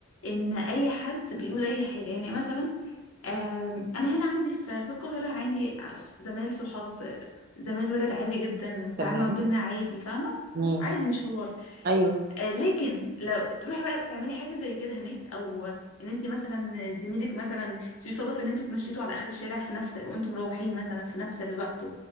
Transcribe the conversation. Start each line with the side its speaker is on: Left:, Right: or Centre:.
Left: إن أي حد بيقول أي حاجة يعني مثلا آم، أنا هنا عندي في في القاهرة عندي زمايل صحاب زمايل ولاد عادي جدا والتعامل
Right: تمام
Left: ما بينا عادي فاهمة
Right: امم
Left: عادي مش حوار
Right: ايوه
Left: آه، لكن لو تروحي بقى تعملي حاجة زي كده هناك أو إن أنت مثلا زميلك مثلا يصادف إن أنتوا اتمشيتوا على آخر الشارع في نفس وأنتوا مروحين مثلا في نفس الوقت